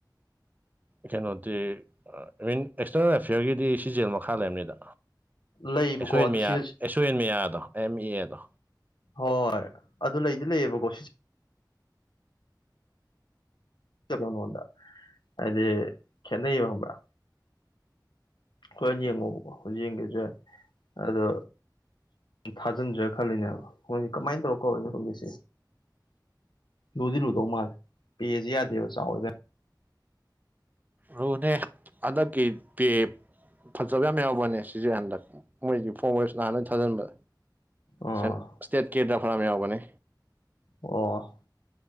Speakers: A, on the right; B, on the left.
A: ꯀꯩꯅꯣꯗꯤ ꯏꯚꯟ ꯑꯦꯛꯁꯇꯔꯅꯦꯜ ꯑꯦꯐꯤꯌꯔꯒꯤꯗꯤ ꯁꯤꯖꯦꯜ ꯃꯈꯥ ꯂꯩꯝꯅꯤꯗ
B: ꯂꯩꯕꯀꯣ
A: ꯑꯩꯁꯣꯏꯟꯌꯥ
B: ꯑꯗꯨ ꯁꯤ
A: ꯑꯩꯁꯣꯏꯟ ꯃꯤꯌꯥꯗꯣ ꯑꯦꯝ ꯏ ꯑꯦꯗꯣ
B: ꯍꯣꯏ ꯑꯗꯨ ꯂꯩꯗꯤ ꯂꯩꯌꯦꯕꯀꯣ ꯁꯤ ꯉꯣꯟꯗ ꯍꯥꯏꯗꯤ ꯈꯦꯠꯅꯩꯌꯦꯕ ꯈꯪꯕ꯭ꯔꯥ ꯍꯣꯔ ꯌꯦꯡꯉꯣꯕꯀꯣ ꯍꯧꯖꯤꯛ ꯌꯦꯡꯒꯦꯁꯨ ꯌꯥꯏ ꯑꯗꯣ ꯊꯥꯖꯤꯟꯖꯤꯔ ꯈꯜꯂꯤꯅꯦꯕ ꯃꯣꯏꯒꯤ ꯀꯃꯥꯏꯟ ꯇꯧꯔ ꯀꯧꯔꯤꯅꫭ ꯈꯪꯗꯦ ꯁꯦ ꯂꯨꯗꯤ ꯂꯨꯗꯧ ꯃꯥꯜꯂꯦ ꯄꯦꯁ ꯌꯥꯗꯦꯕ ꯆꯥꯎꯌꯦꯕ
A: ꯔꯣꯅꯦ ꯍꯟꯗꯛꯀꯤ ꯄꯦ ꯐꯖꯕ ꯌꯥꯝ ꯌꯥꯎꯕꯅꯦ ꯁꯤꯁꯦ ꯍꯟꯗꯛ ꯃꯣꯏꯒꯤ ꯐꯣꯔꯝ ꯋꯦꯁ ꯂꯥꯟ ꯍꯥꯟꯅ ꯊꯥꯖꯤꯟꯕ
B: ꯑꯥ
A: ꯁꯦꯟ ꯁꯇꯦꯠ ꯀꯦ ꯗꯐ꯭ꯔꯥꯝ ꯌꯥꯎꯕꯅꯦ
B: ꯑꯣ